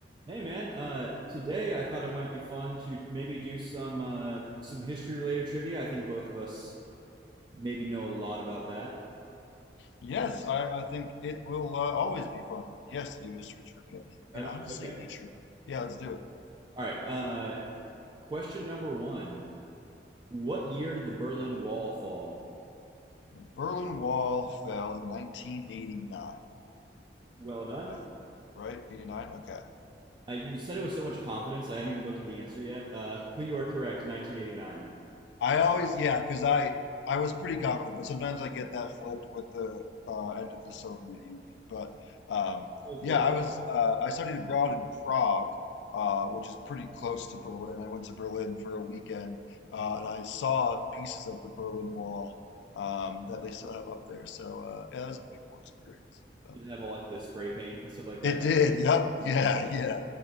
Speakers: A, on the right (about 25°); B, on the left (about 75°).
A: Hey man, uh, today I thought it might be fun to maybe do some uh, some history related trivia. I think both of us maybe know a lot about that.
B: Yes, I, I think it will uh, always be fun. Yes, to do history trivia
A: Right
B: and
A: on.
B: honestly,
A: Okay.
B: any trivia. Yeah, let's do it.
A: All right. Uh, question number one. What year did the Berlin Wall fall?
B: Berlin Wall fell in 1989,
A: Well done.
B: I hope. Right? 89? Okay.
A: Uh, you said it with so much confidence. I hadn't even looked at the answer yet. Uh, but you are correct. 1989.
B: I always, yeah, because I I was pretty confident, but sometimes I get that flipped with the uh, end of the Soviet Union. But um,
A: It was
B: yeah,
A: what?
B: I was uh, I studied abroad in Prague, uh, which is pretty close to Berlin. I went to Berlin for a weekend, uh, and I saw pieces of the Berlin Wall um, that they still have up there. So uh, yeah, that was a pretty cool experience. Uh,
A: Did it have all like the spray paint and stuff like that?
B: it did. Yep. Yeah. Yeah.